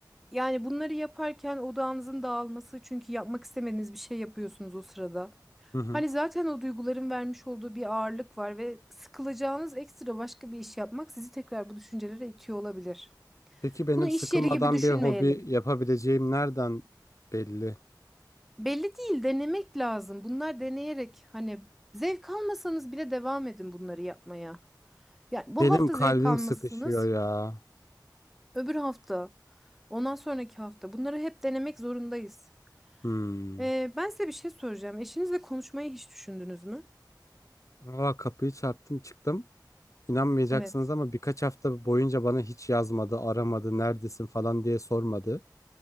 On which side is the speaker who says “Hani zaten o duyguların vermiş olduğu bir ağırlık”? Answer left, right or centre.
Centre